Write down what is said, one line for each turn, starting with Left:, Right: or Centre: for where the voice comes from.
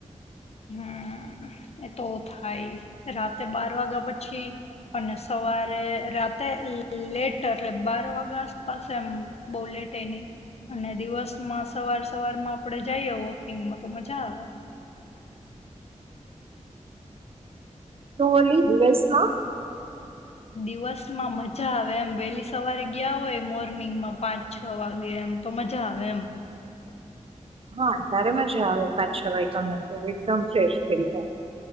Left: હમ એ તો થાય રાતે બાર વાગ્યા પછી અને સવારે રાતે લેટ એટલે બાર વાગ્યા આસપાસ એમ બો લેટ એ ની અને દિવસ માં સવાર સવાર મા આપડે જઈએ વોકિંગમાં તો મજા આવે.
Right: તુ <unintelligible>
Left: દિવસમાં મજા આવે એમ વેલી સવારે ગયા હોય મોર્નિંગમાં પાંચ છ વાગે એમ તો મજા આવે એમ
Right: હા તારે મજા આવે પાછ છ વાયગા હોય એકદમ ફ્રેશ થઈ જાય